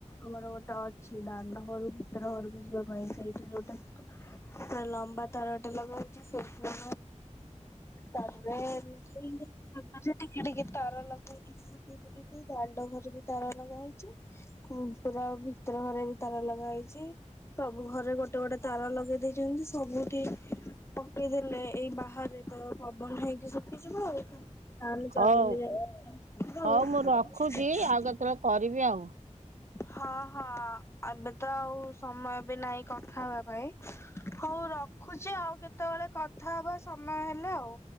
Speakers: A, on the left; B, on the right.
A: ଆମର ଗୋଟେ ଅଛି ଦାଣ୍ଡ ଘର ଭିତର ଘରକୁ ଯିବା ପାଇଁ ସେଇଠୀ ଯୋଉ ପୁରା ଲମ୍ବା ତାରଟେ ଲଗା ହେଇଛି ସେ ତାପରେ ଏମତି ମାନେ ଟିକେ ଟିକେ ତାର ଲଗେ କିଛି <inaudible> ଦାଣ୍ଡ ଘର ତାର ଲଗାହେଇଛି ପୁରା ଭିତର ଘରେ ବି ତାର ଲଗାହେଇଚି। ସବୁ ଘରେ ଗୋଟେ ଗୋଟେ ତାର ଲଗେଇ ଦେଇଛନ୍ତି, ସବୁଠି ପକେଇଦେଲେ ଏଇ ବାହାରେ ତ ପବନ ହେଇକି ଶୁଖିଯିବ ଆଉ। ତାହେଲେ
B: ହଉ
A: ଚାଲିଲେ ଯାଇଁକି
B: ହଉ ମୁଁ ରଖୁଛି ଆଉ କେତେବେଳେ କରିବି ଆଉ।
A: ହଁ ହଁ ଏବେ ତ ଆଉ ସମୟ ବି ନାହିଁ କଥା ହେବା ପାଇଁ। ମୁଁ ରଖୁଛି ଆଉ କେତେବେଳେ କଥା ହବା ସମୟ ହେଲେ ଆଉ।